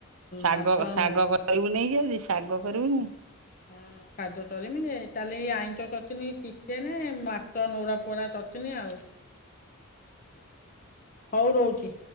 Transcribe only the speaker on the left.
ମାଛ
ନୁ
ହୁଁ ଖାଦ କରିମି ଯେ। ତାହେଲେ ଏଇ ଆଇଁଷ ଚଟିନୀ ଚିକେନ ମାଛ ନଉରା ପଡା ଚଟିନୀ ଆଉ। ହଉ ରହୁଛି।